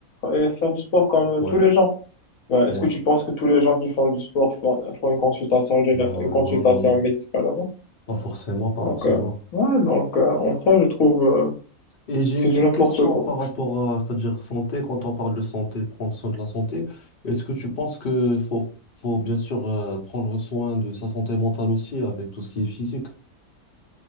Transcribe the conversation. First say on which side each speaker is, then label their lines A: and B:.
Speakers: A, on the left (about 70°); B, on the left (about 45°).
A: et, et faire du sport comme
B: Ouais,
A: tous les gens. Ouais,
B: ouais.
A: Est-ce que tu penses que tous les gens qui font du sport font, font une consultation, géné-
B: Ben
A: une consultation
B: non, non, non.
A: médicale avant?
B: Pas forcément, pas
A: Donc,
B: forcément.
A: euh, ouais, donc, euh, en soi, je trouve, euh,
B: Et j'ai
A: que
B: une
A: c'est
B: petite
A: du n'importe
B: question
A: quoi.
B: par rapport à, c'est-à-dire santé, quand on parle de santé, prendre soin de la santé, est-ce que tu penses que faut, faut bien sûr euh, prendre soin de sa santé mentale aussi avec tout ce qui est physique?